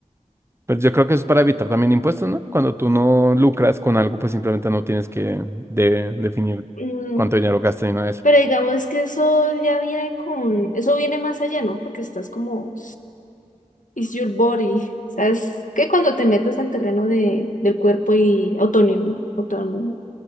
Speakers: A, on the right; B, on the left.
A: Pero yo creo que eso es para evitar también impuestos, ¿no? Cuando tú no lucras con algo, pues simplemente no tienes que de- definir
B: Mm,
A: cuánto dinero gastas y nada de eso,
B: pero digamos que eso ya viene con, eso viene más allá, ¿no? Porque estás como, it's your body. <laughs> ¿Sabes? Que cuando te metes al terreno de, del cuerpo y autonim, auton,